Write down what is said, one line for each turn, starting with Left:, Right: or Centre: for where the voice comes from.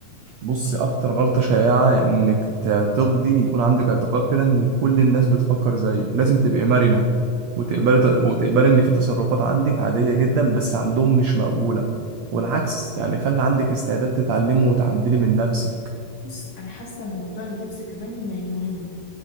Right: بص اكتر غلطة شائعة انك ت- تقضي يكون عندك اعتقاد كده ان كل الناس بتفكر زيك لازم تبقي مرنة وتقبلي
Left: اه
Right: وتقبلي ان في تصرفات عندك عادية جدا بس عندهم مش مقبولة والعكس يعني خلي عندك استعداد تتعلمي وتعدلي من نفسك
Left: بص انا حاسة ان موضوع اللبس كمان يعني مهم